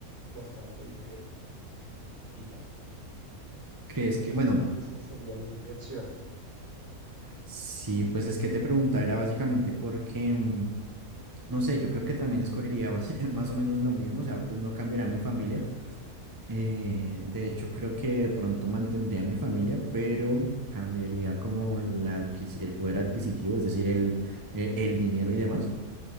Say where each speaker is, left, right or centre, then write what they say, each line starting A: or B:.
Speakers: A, on the right (about 55°); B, on the right (about 15°).
A: bastante dinero y ya.
B: ¿Crees que,
A: Esa,
B: bueno,
A: esa sería mi, mi opción.
B: sí, pues es que te preguntaba, era básicamente porque, mm, no sé, yo creo que también escogería bas- <laughs> más o menos lo mismo, o sea, pues no cambiará mi familia. Eh, de hecho, creo que de pronto mantendría a mi familia, pero cambiaría como la adquis- el poder adquisitivo, es decir, el, eh, el dinero y demás,